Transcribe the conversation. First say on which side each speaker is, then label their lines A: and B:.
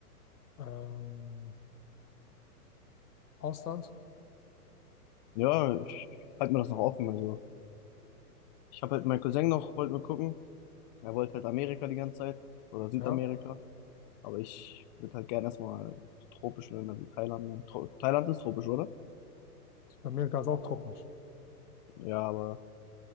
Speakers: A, on the left (about 70°); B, on the left (about 30°).
A: ähm, Ausland?
B: Ja, ich halte mir das noch offen. Also, ich habe halt meinen Cousin noch, wollten wir gucken. Er wollte halt Amerika die ganze Zeit oder Südamerika.
A: Ja,
B: Aber ich würde halt gerne erstmal tropische Länder wie Thailand nehmen. Tro Thailand ist tropisch, oder?
A: bei mir ganz auch Truppen.
B: Ja, aber